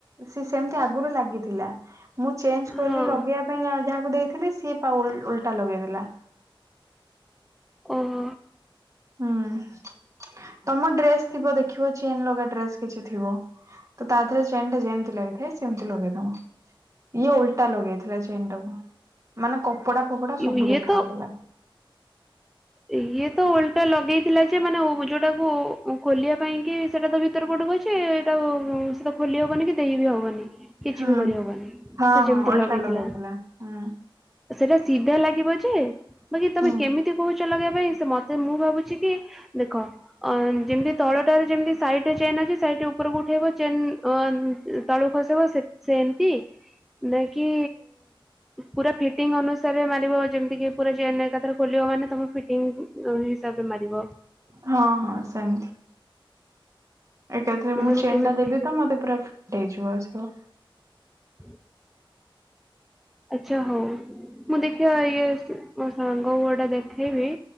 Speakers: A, on the right (about 35°); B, in the centre.
A: ସ ସେମିତି ଆଗରୁ ଲାଗିଥିଲା ମୁଁ ଚେଞ୍ଜ କଲି
B: ହଁ
A: ଲଗେଇବା ପାଇଁ ଜ ଯାହାକୁ ଦେଇଥିଲ ସିଏ ତା ଓଲ୍ ଓଲଟା ଲଗେଇଦେଲା
B: ଓହୋ
A: ହୁଁ ତମ ଡ୍ରେସ ଥିବ ଦେଖିବ ଚେନ୍ ଲଗା ଡ୍ରେସ କିଛି ଥିବ ତ ତା ଥିରେ ଚେନ୍ ଟା ଯେମିତି ଲାଗିଥାଏ ସେମିତି ଲଗେଇଦବ ଇଏ ଓଲଟା ଲଗେଇଥିଲା ଚେନ୍ ଟାକୁୁ ମାନେ କପଡା ଫପଡା
B: ୟୁ-
A: ସବୁ
B: ଇଏ
A: ଦେଖାାଯାଉଥିଲା
B: ତ ଇଏ ତ ଓଲଟା ଲଗେଇଥିଲା ଯେ ମାନେ ଉ ଯୋଉଟାକୁ ଖୋଲିବା ପାଇଁ କି ସେଟା ତ ଭିତରେ ପଟୁକୁ ଅଛି ଇ ତ ଆଉ ସେତ ଖୋଲି ହବନି କି ଦେଇ ବିି ହବନି କିଛି
A: ହୁଁ
B: ବି କରିହବନି
A: ହଁ
B: ସେ ଯେମିତି
A: ହଁ ଅଲଟା
B: ଲଗେଇଥିଲା
A: ହୁଁ।
B: ସେଟା ସିଧା ଲାଗିବ ଯେ ବାକି ତମେ
A: ହଁ
B: କେମିତି କହୁଚ ଲଗେଇବା ପାଇଁ ସେ ମତେ ମୁଁ ଭାବୁଛି କି ଦେଖ ଅ ଯେମିତି ତଳଟାରେ ଯେମିତି ସାଇଟ ଚେନ୍ ଅଛି ସାଇଟ୍ ଉପରକୁ ଉଠେଇବ ଚେନ୍ ଅ ତଳୁକୁ ଖସବ ସେମିତି ନେ କିି ପୁରା ଫିଟିଙ୍ଗ ଅନୁସାରେ ମାରିବ ଯେମିତି କି ପୁରା ଜେନ୍ ଏକାଥରେ ଖୋଲିବ ମାନେ ତମ ଫିଟିଙ୍ଗ କୁ <unintelligible> ହିସାବରେ ମାରିବ
A: ହଁ ହଁ ସେମିତି ଏକାଥିରେ ମୁଁ
B: ମାନେ
A: ଚେନ୍
B: କେମିତି
A: ଟା ଦେବି ତ ମତେ ପୁରା ଫିଟ୍ ହେଇଯିବ ସ
B: <inaudible> ଆଛା ହଉ ମୁଁ ଦେଖିବା ଇଏ ମୋ ସାଙ୍ଗକୁ ଅଟା ଦେଖେଇବି